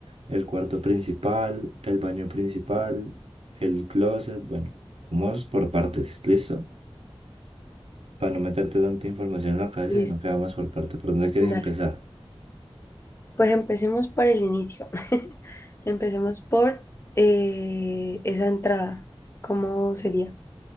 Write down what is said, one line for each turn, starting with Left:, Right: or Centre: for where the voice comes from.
Right: el cuarto principal, el baño principal, el closet, bueno, vamos por partes, ¿listo? Para no meterte tanta información en la cabeza,
Left: Listo,
Right: sino que vamos por parte. ¿Por dónde quieres
Left: dale.
Right: empezar?
Left: Pues empecemos por el inicio. <laughs> Empecemos por eh, esa entrada. ¿Cómo sería?